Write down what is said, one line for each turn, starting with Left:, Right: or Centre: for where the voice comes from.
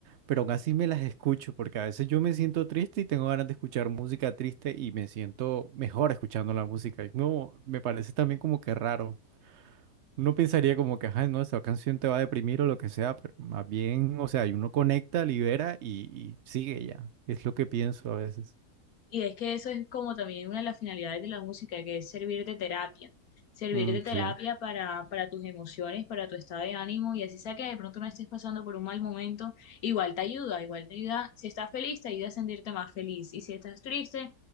Right: pero aún así me las escucho, porque a veces yo me siento triste y tengo ganas de escuchar música triste y me siento mejor escuchando la música. Y no, me parece también como que raro. Uno pensaría como que, ajá, no, esa canción te va a deprimir o lo que sea, pero más bien, o sea, y uno conecta, libera y, y sigue ya. Es lo que pienso a veces.
Left: Y es que eso es como también una de las finalidades de la música, que es servir de terapia, servir
Right: Mm,
Left: de terapia
Right: sí,
Left: para, para tus emociones, para tu estado de ánimo, y así sea que de pronto no estés pasando por un mal momento, igual te ayuda, igual te ayuda, si estás feliz, te ayuda a sentirte más feliz, y si estás triste,